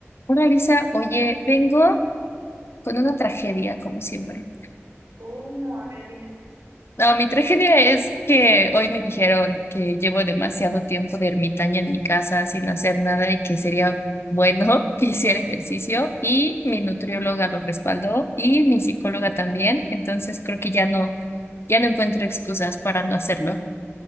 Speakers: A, on the left; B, on the right.
A: Hola Lisa, oye, vengo con una tragedia, como siempre.
B: ¿Cómo? A ver, dime. <laughs>
A: No, mi tragedia es que hoy me dijeron que llevo demasiado tiempo de ermitaña en mi casa sin hacer nada y que sería bueno <laughs> que hiciera ejercicio y mi nutrióloga lo respaldó y mi psicóloga también, entonces creo que ya no, ya no encuentro excusas para no hacerlo.